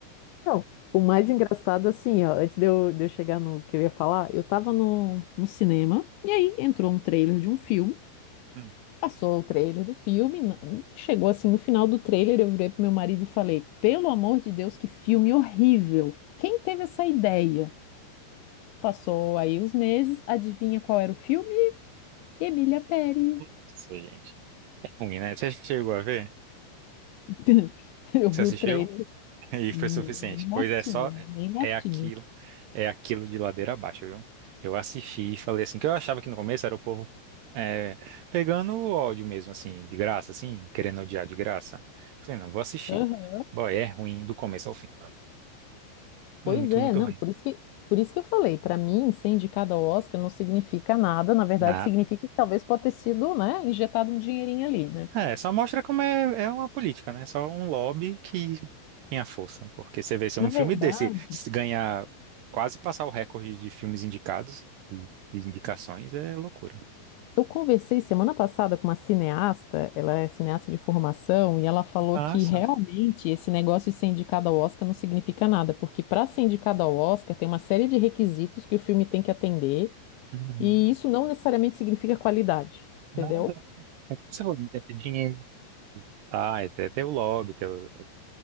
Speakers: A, on the left; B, on the right.
A: Não, o mais engraçado, assim, ó, antes de eu, de eu chegar no que eu ia falar, eu tava no, no cinema, e aí entrou um trailer de um filme,
B: Hum.
A: passou o trailer do filme, na- chegou assim no final do trailer, eu virei pro meu marido e falei: pelo amor de Deus, que filme horrível! Quem teve essa ideia? Passou aí os meses, adivinha qual era o filme? Emília Pérez.
B: Nossa, gente. É ruim, né? Você chegou a ver?
A: <laughs> Eu
B: Você
A: vi
B: assistiu?
A: o trailer,
B: E
A: nem
B: foi suficiente.
A: mortinha,
B: Pois é, só
A: nem mortinha.
B: é aquilo, é aquilo de ladeira abaixo, viu? Eu assisti e falei assim, que eu achava que no começo era o povo é, pegando o ódio mesmo, assim, de graça, assim, querendo odiar de graça. Falei, não, vou assistir.
A: Aham.
B: Boy, é ruim do começo ao fim. Muito,
A: Pois é,
B: muito
A: não,
B: ruim.
A: por isso que, por isso que eu falei, para mim, ser indicada ao Oscar não significa nada, na verdade,
B: Nada.
A: significa que talvez pode ter sido, né, injetado um dinheirinho ali, né?
B: É, só mostra como é, é uma política, né? Só um lobby que tem a força. Porque você vê, se um
A: Na
B: filme
A: verdade,
B: desse se ganhar, quase passar o recorde de filmes indicados, de de indicações, é loucura.
A: eu conversei semana passada com uma cineasta, ela é cineasta de formação, e ela falou
B: Massa.
A: que realmente esse negócio de ser indicada ao Oscar não significa nada, porque para ser indicada ao Oscar tem uma série de requisitos que o filme tem que atender.
B: Uhum.
A: E isso não necessariamente significa qualidade, entendeu?
B: Nada. É pessoa, é ter dinheiro. Ah, é ter o lobby. Ter o...